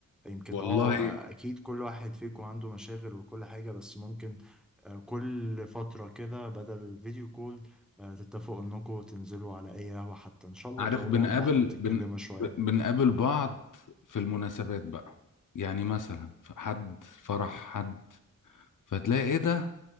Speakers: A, in the centre; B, on the left.
A: يمكن
B: والله
A: اه أكيد كل واحد فيكم عنده مشاغل وكل حاجة بس ممكن آه، كل فترة كده بدل فيديو كول آه، تتفقوا إنكم تنزلوا على أي قهوة حتى إن شاء الله
B: عارف
A: تقعدوا
B: بنقابل
A: على البحر وتتكلموا
B: بن
A: شوية
B: بنقابل بعض في المناسبات بقى يعني مثلا في حد فرح حد فتلاقي ايه ده